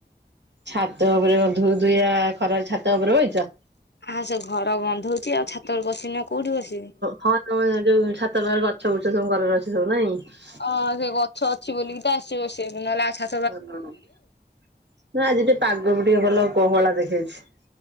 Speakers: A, on the right; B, on the left.
A: ଛାତ ଉପରେ ଉଧୁ ଉଧୁଇଆ ଖରା ଛାତ ଉପରେ ବଇଚ।
B: ଆ ସେ ଘର ଗନ୍ଧ ଉଚି, ଆଉ ଛାତ ଉପରେ ବସିନି ଆଉ କୋଉଠି ବସିବି।
A: ହଁ ତମ ଯୋଉ ଛାତ ପାଖରେ ଗଛ ବୁଛ ସବୁ କରରେ ଅଛି ସବୁ ନାଇଁ।
B: ହଁ ସେ ଗ ଛ ଅଛି ବୋଲିକି ତ ଆସିଚି ବସିବାକୁ ନଲେ ଆ ଛା
A: ନା ଆଜି ଟିକେ ପାଗ ବି ଟିକେ ଭଲ ଗହଳା ଦେଖେଇଛି।